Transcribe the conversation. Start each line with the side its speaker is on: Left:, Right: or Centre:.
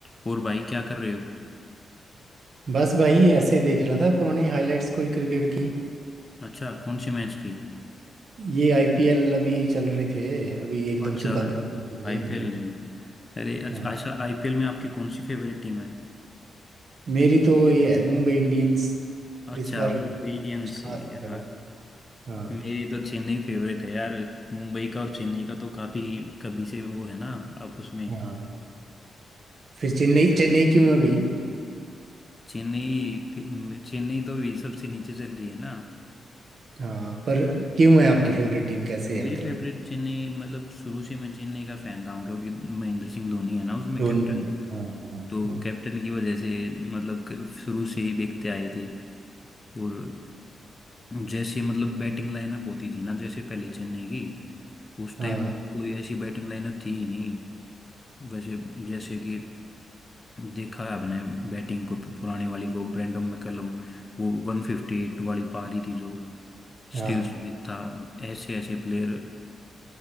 Left: और भाई क्या कर रहे हो
Right: बस भाई ऐसे देख रहा था पुराने हाइलाइट्स कोई क्रिकेट की
Left: अच्छा कौन से मैच की
Right: ये आईपीएल अभी चल रहे थे अभी एकदम
Left: अच्छा
Right: से बंद करने लगे
Left: आईपीएल
Right: हाँ
Left: में अरे अच्छा
Right: हाँ
Left: अच्छा आईपीएल में आपकी कौन सी फेवरेट टीम है
Right: मेरी तो ये है मुंबई इंडियंस
Left: अच्छा
Right: पर इस बार
Left: मुंबई इंडियंस
Right: कुछ खास
Left: है
Right: नहीं
Left: यार
Right: चला हाँ
Left: मेरी तो चेन्नई फेवरेट है यार मुंबई का और चेन्नई का तो काफी कभी से वो है ना आप उसमें
Right: हाँ फिर चेन्नई चेन्नई क्यों है भाई
Left: चेन्नई फि- चेन्नई तो भी सबसे नीचे चल रही है ना
Right: हाँ पर क्यों है आपकी फेवरेट टीम कैसे
Left: मेरी
Right: है मतलब
Left: फेवरेट चेन्नई मतलब शुरू से मैं चेन्नई का फैन रहा हूँ क्योंकि महेंद्र सिंह धोनी है ना उसमें
Right: धोनी
Left: कैप्टन
Right: है हाँ
Left: तो
Right: हाँ
Left: कैप्टन की वजह से मतलब क- शुरू से ही देखते आए थे और जैसे मतलब बैटिंग लाइनअप होती थी ना जैसे पहले चेन्नई की तो उस
Right: हाँ
Left: टाइम में तो कोई ऐसी बैटिंग लाइनअप थी ही नहीं वैसे जैसे कि देखा है अपने बैटिंग को पुराने वाली को ब्रेंडन मैकलम वो 158 वाली पारी थी जो
Right: हाँ
Left: स्टीव स्मिथ था ऐसे ऐसे प्लेयर